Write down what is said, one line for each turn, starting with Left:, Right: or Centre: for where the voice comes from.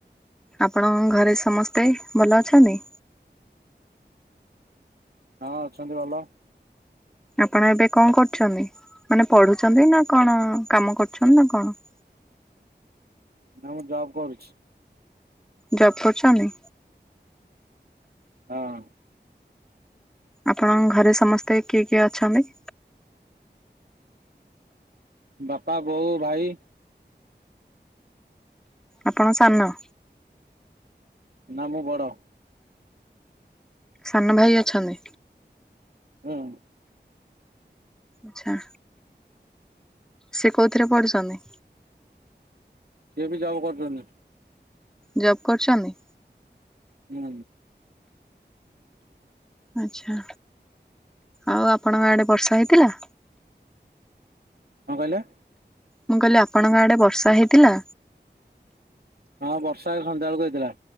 Centre: ଆପଣ ଘରେ ସମସ୍ତେ ଭଲ ଅଛନ୍ତି?
Right: ହଁ, ଅଛନ୍ତି ଭଲ।
Centre: ଆପଣ ଏବେ କଣ କରୁଛନ୍ତି? ମାନେ ପଢୁଛନ୍ତି ନା କଣ କାମ କରୁଛନ୍ତି ନା କଣ?
Right: ନା, ମୁଁ ଜବ୍ କରୁଛି।
Centre: ଜବ କରୁଚନ୍ତି?
Right: ହଁ।
Centre: ଆପଣଙ୍କ ଘରେ ସମସ୍ତେ କିଏ କିଏ ଅଛନ୍ତି?
Right: ବାପା, ବୋଉ, ଭାଇ
Centre: ଆପଣ ସାନ?
Right: ନା ମୁଁ ବଡ଼।
Centre: ସାନ ଭାଇ ଅଛନ୍ତି?
Right: ହୁଁ।
Centre: ଆଛା, ସେ କୋଉଥିରେ ପଢୁଛନ୍ତି?
Right: ସିଏ ବି ଯବ କରୁଛନ୍ତି।
Centre: ଜବ୍ କରୁଛନ୍ତି?
Right: ହୁଁ।
Centre: ଆଚ୍ଛା, ଆଉ ଆପଣଙ୍କ ଆଡେ ବର୍ଷା ହେଇଥିଲା?
Right: କଣ କହିଲେ?
Centre: ମୁଁ କହିଲି ଆପଣଙ୍କ ଆଡେ ବର୍ଷା ହେଇଥିଲା?
Right: ହଁ ବର୍ଷା ଏ ସନ୍ଧ୍ୟା ବେଳକୁ ହେଇଥିଲା,